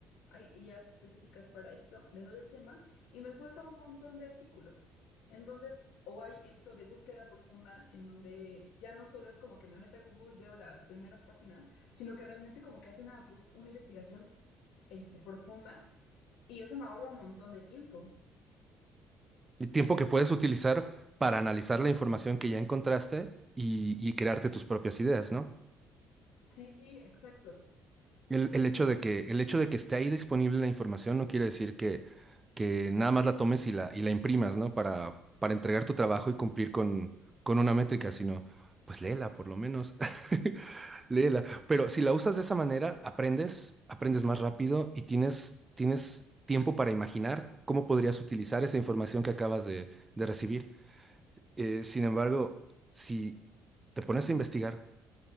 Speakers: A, on the left; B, on the right.
A: hay IAs específicas para esto, le doy el tema y me suelta un montón de artículos. Entonces, o hay esto de búsqueda profunda en donde ya no solo es como que me meta a Google, veo las primeras páginas, sino que realmente como que hace una, bus- una investigación este, profunda y eso me ahorra un montón de tiempo.
B: Y tiempo que puedes utilizar para analizar la información que ya encontraste y, y crearte tus propias ideas, ¿no?
A: Sí, sí, exacto.
B: El, el hecho de que, el hecho de que esté ahí disponible la información no quiere decir que, que nada más la tomes y la, y la imprimas, ¿no? Para, para entregar tu trabajo y cumplir con, con una métrica, sino, pues léela por lo menos, <laughs> léela. Pero si la usas de esa manera, aprendes, aprendes más rápido y tienes, tienes tiempo para imaginar cómo podrías utilizar esa información que acabas de, de recibir. Eh, sin embargo, si te pones a investigar,